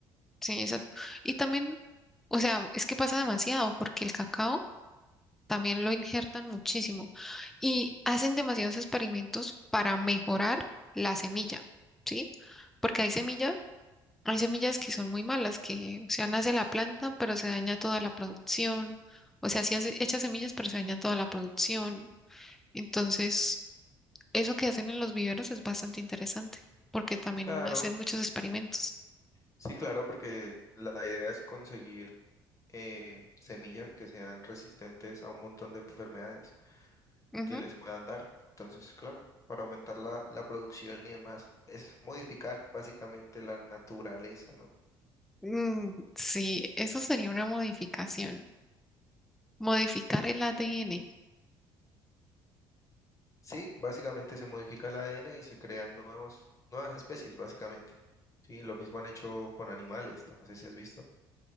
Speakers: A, in the centre; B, on the left.
A: sí, exacto. Y también, o sea, es que pasa demasiado, porque el cacao también lo injertan muchísimo y hacen demasiados experimentos para mejorar la semilla, ¿sí? Porque hay semillas, hay semillas que son muy malas, que, o sea, nace la planta, pero se daña toda la producción. O sea, sí hace- echa semillas, pero se daña toda la producción. Entonces Eso que hacen en los viveros es bastante interesante porque también
B: Claro,
A: hacen muchos experimentos.
B: sí, claro, porque la idea es conseguir eh, semillas que sean resistentes a un montón de enfermedades
A: Ujú.
B: que les puedan dar. Entonces, claro, para aumentar la, la producción y demás, es modificar básicamente la naturaleza, ¿no?
A: Mm, sí, eso sería una modificación. Modificar el ADN.
B: Sí, básicamente se modifica el ADN y se crean nuevos, nuevas especies, básicamente. Sí, lo mismo han hecho con animales, no sé si has visto.